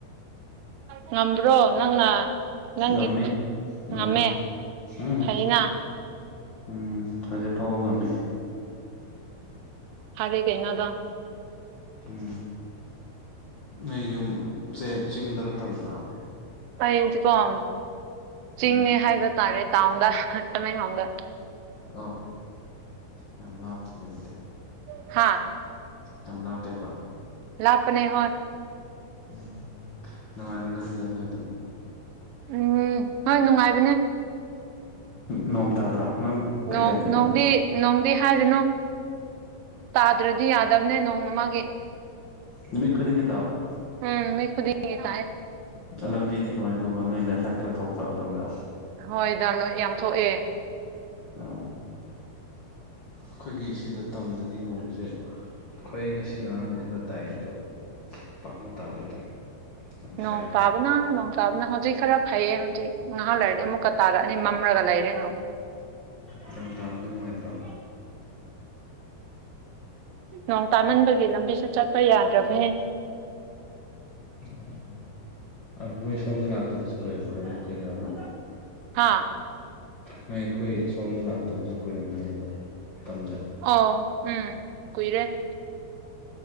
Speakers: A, on the right; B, on the left.
A: ꯉꯝꯕ꯭ꯔꯣ ꯅꯪꯅ ꯅꯪꯒꯤ
B: ꯉꯝꯃꯤ ꯉꯝꯃꯤ
A: ꯉꯝꯃꯦ
B: ꯎꯝ
A: ꯐꯩꯅ
B: ꯎꯝ ꯍꯧꯖꯤꯛꯐꯥꯎꯕ ꯉꯝꯃꯤ
A: ꯐꯔꯦ ꯀꯩꯅꯣ ꯑꯗꯣ
B: ꯎꯝ ꯅꯣꯏ ꯌꯨꯝꯖꯦ ꯆꯤꯡꯗꯔꯣ ꯇꯝꯗꯔꯣ
A: ꯍꯌꯦꯡꯆꯤꯀꯣꯝ
B: ꯎꯝ
A: ꯆꯤꯡꯅꯦ ꯍꯥꯏꯕ ꯇꯥꯔꯦ ꯇꯥꯎꯟꯗ ꯇꯃꯦꯡꯂꯣꯡꯗ
B: ꯑꯣ ꯌꯥꯝ ꯂꯥꯞꯄꯤꯅꯦ ꯑꯗꯨꯗꯤ
A: ꯍꯥꯥ
B: ꯌꯥꯝ ꯂꯥꯞꯄꯦꯕ
A: ꯂꯥꯞꯄꯅꯦ ꯍꯣꯏ
B: ꯎꯝ ꯅꯨꯡꯉꯥꯏꯔꯝꯒꯗꯤꯗ ꯅꯣꯏ
A: ꯎꯝ ꯍꯣꯏ ꯅꯨꯡꯉꯥꯏꯕꯅꯦ
B: ꯅꯣꯡ ꯇꯥꯗ꯭ꯔꯣ ꯅꯪ ꯀꯩ
A: ꯅꯣꯡ
B: ꯖꯥꯇꯤꯅꯣ
A: ꯅꯣꯡꯗꯤ ꯅꯣꯡꯗꯤ ꯍꯥꯏꯒꯅꯨ ꯇꯥꯗ꯭ꯔꯗꯤ ꯌꯥꯗꯕꯅꯦ ꯅꯣꯡꯑꯃꯒꯤ
B: ꯅꯨꯃꯤꯠ ꯈꯨꯗꯤꯡꯒꯤ ꯇꯥꯕ꯭ꯔꯥ
A: ꯎꯝ ꯅꯨꯃꯤꯠ ꯈꯨꯗꯤꯡꯒꯤ ꯇꯥꯏ
B: ꯑ ꯂꯝꯕꯤꯗꯤ ꯀꯃꯥꯏ ꯇꯧꯕ ꯅꯣꯏ ꯂꯦꯟꯁ ꯂꯥꯏꯠꯪ ꯊꯣꯛꯄ꯭ꯔꯣ ꯑꯗꯣꯝꯗ
A: ꯍꯣꯏꯗ ꯂꯣꯏ ꯌꯥꯝ ꯊꯣꯛꯑꯦ
B: ꯑꯣ ꯈꯣꯏꯒꯤ ꯁꯤꯗ ꯇꯝꯗꯗꯤ ꯅꯣꯡꯁꯦ ꯑꯈꯣꯏ ꯉꯁꯤ ꯉꯔꯥꯡꯕꯨꯗꯤ ꯈꯔ ꯇꯥꯏꯌꯦ ꯑꯗꯣ ꯄꯥꯛꯅ ꯇꯥꯗꯦꯗ ꯌꯥꯝ ꯁꯥꯏ
A: ꯅꯣꯡ ꯇꯥꯞ ꯕꯅ ꯅꯣꯡ ꯇꯥꯕꯅ ꯍꯧꯖꯤꯛ ꯈꯔ ꯐꯩꯌꯦ ꯍꯧꯖꯤꯛ ꯉꯍꯥꯛ ꯂꯩꯥꯏꯔꯗꯤ ꯑꯃꯨꯛꯀ ꯇꯥꯔꯛꯑꯅꯤ ꯃꯝꯔꯒ ꯂꯩꯔꯦ ꯅꯣꯛ
B: ꯎꯝ ꯅꯣꯡ ꯇꯥꯕꯗꯤ ꯅꯨꯡꯉꯥꯏꯇ꯭ꯔꯣ
A: ꯅꯣꯡ ꯇꯥꯃꯟꯕꯒꯤ ꯂꯝꯕꯤꯁꯨ ꯆꯠꯄ ꯌꯥꯗ꯭ꯔꯕꯅꯦ
B: ꯑꯣ ꯑꯅꯣꯏ ꯁꯣꯝꯗ ꯂꯥꯛꯇꯕꯁꯨ ꯀꯨꯏꯔꯝꯈ꯭ꯔꯅꯤ ꯀꯨꯏꯒ꯭ꯔꯕ꯭ꯔꯣ
A: ꯍꯥꯥ
B: ꯅꯣꯏ ꯑꯩꯈꯣꯏ ꯁꯣꯝꯗ ꯂꯥꯛꯇꯕꯁꯨ ꯀꯨꯏꯔꯝꯃꯅꯦꯕ ꯇꯝꯗ
A: ꯑꯣ ꯎꯝ ꯀꯨꯏꯔꯦ